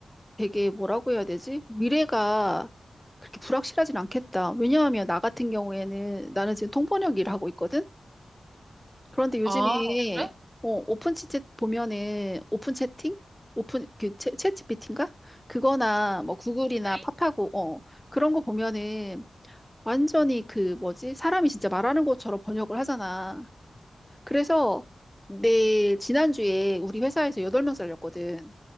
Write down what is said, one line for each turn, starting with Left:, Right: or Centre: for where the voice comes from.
Centre: 되게 뭐라고 해야 되지? 미래가 그렇게 불확실하진 않겠다. 왜냐하면 나 같은 경우에는 나는 지금 통번역 일을 하고 있거든? 그런데 요즘에
Right: 아, 그래?
Centre: 어, 오픈 채팅 보면은 오픈 채팅? 오픈 그 채, 챗 g p 인가 그거나 뭐 구글이나
Right: 에이.
Centre: 팝하고 어, 그런 거 보면은 완전히 그 뭐지? 사람이 진짜 말하는 것처럼 번역을 하잖아. 그래서 내 지난주에 우리 회사에서 8명 잘렸거든.